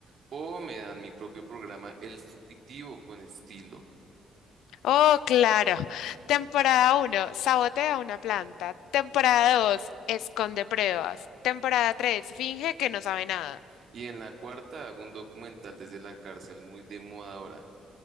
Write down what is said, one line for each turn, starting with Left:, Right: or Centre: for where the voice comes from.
Right: O me dan mi propio programa El Fugitivo con estilo.
Left: Oh, claro. Temporada uno, sabotea una planta. Temporada 2, esconde pruebas. Temporada 3, finge que no sabe nada.
Right: Y en la cuarta hago un documental desde la cárcel muy de moda ahora,